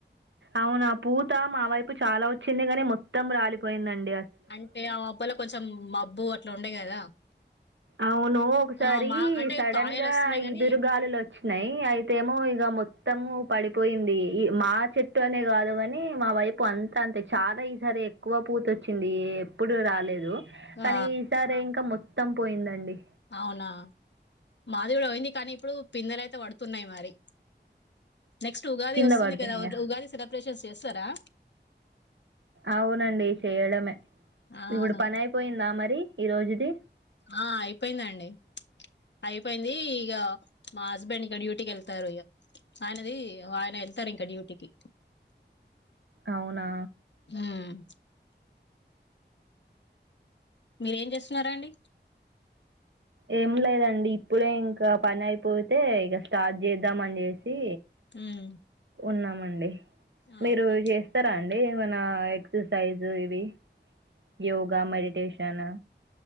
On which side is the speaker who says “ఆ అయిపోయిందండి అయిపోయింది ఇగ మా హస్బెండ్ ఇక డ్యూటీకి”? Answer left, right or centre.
Left